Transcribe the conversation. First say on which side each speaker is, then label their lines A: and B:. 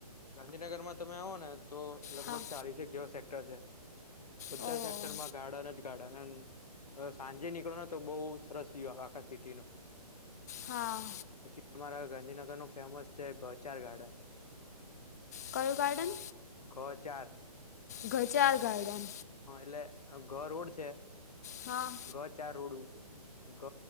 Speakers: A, on the left; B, on the left.
A: ગાંધીનગરમાં તમે આવો ને તો લગભગ
B: હા
A: ચાલીસેક જેવા સેક્ટર છે બધા
B: ઓહ
A: સેક્ટર માં ગાર્ડન જ ગાર્ડન એમ સાંજે નીકળો ને તો બહુ સરસ વ્યુહ આખા સિટી નો
B: હા
A: પછી અમારા ગાંધીનગર નું ફેમસ છે ગૌચાર ગાર્ડન
B: કયુ ગાર્ડન
A: ગૌ ચાર
B: ગચાર ગાર્ડન
A: હા એટલે ગરુડ છે
B: હા
A: ઘ ચાર રોડ ગ